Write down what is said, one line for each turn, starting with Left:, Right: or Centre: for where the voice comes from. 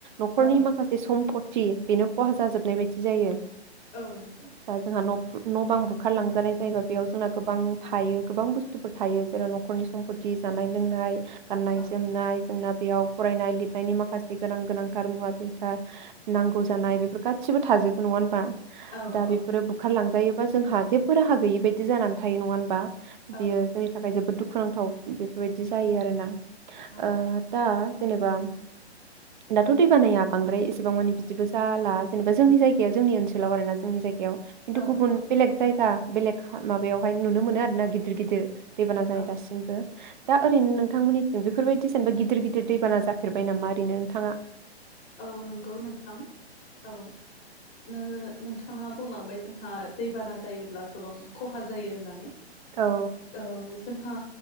Right: न'खरनि
Left: औ
Right: माखासे सम्प थि बेनो खहा जाजोबनाय बायदि जायो
Left: औ नोंगौ नोंथां
Right: दा जोंहा न' न' बां बुखार लांजानाय जायोबा बेयाव जोंना गोबां थायो गोबां बुस्थुफोर थायो जेराव न'खरनि सम्पथि जानाय लोंनाय गाननाय
Left: औ
Right: जोमनाय जोंना बेयाव फरायनाय लिरनायनि मा खासे गोनां गोनांथार मुवा बेसाद नांगौ जानाय बेफोर गासिबो थाजोबो नङा होनबा
Left: औ
Right: दा
Left: औ
Right: बेफोरो बुखारलांजायो बा जोंहा जेबो राहा गैयि बायदि जानानै थायो नङा होनबा
Left: औ
Right: बियो जोंनि थाखाय जोबोद दुखु दुखुनांथाव बेफोरबायदि जायो आरोना
Left: औ
Right: आ दा जेनेबा दाथ' दै बानाया बांद्राय एसेबां मानि‌ बिदिबो जाला जेनेबा जोंनि जायगायाव जोंनि ओनसोलाव आरोना जोंनि जायगायाव खिन्थु
Left: औ
Right: गुबुन बेलेग जायगा बेलेग माबायावहाय नुनो मोनो आरो ना गिदिर गिदिर देबाना जानाय
Left: औ
Right: दासिमबो दा ओरैनो
Left: नंगौ
Right: नोंथांमोननि बेफोरबायदि जेनेबा गिदिर गिदिर दैबाना जाफेरबाय नामा नोंथाङा
Left: औ नंगौ नोंथां औ नो नोंथाङा बुंलांबाय जोंहा दैबाना जायोब्ला गोबां खहा जायो होननानै
Right: औ
Left: औ जोंहा